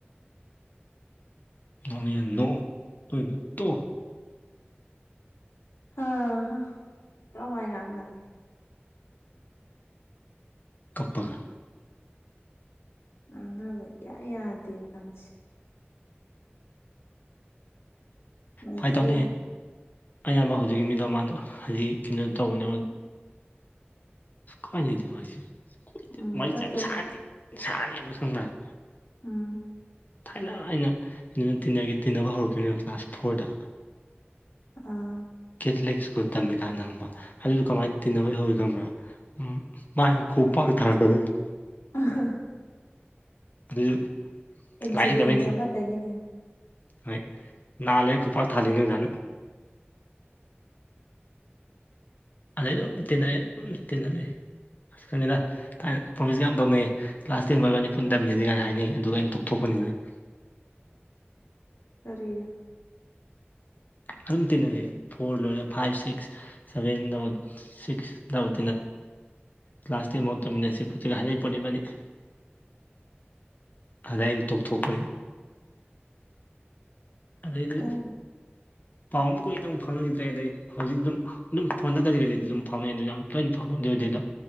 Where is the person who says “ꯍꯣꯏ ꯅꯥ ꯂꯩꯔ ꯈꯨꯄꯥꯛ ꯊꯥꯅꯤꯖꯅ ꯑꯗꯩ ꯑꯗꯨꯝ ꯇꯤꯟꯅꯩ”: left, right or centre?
Left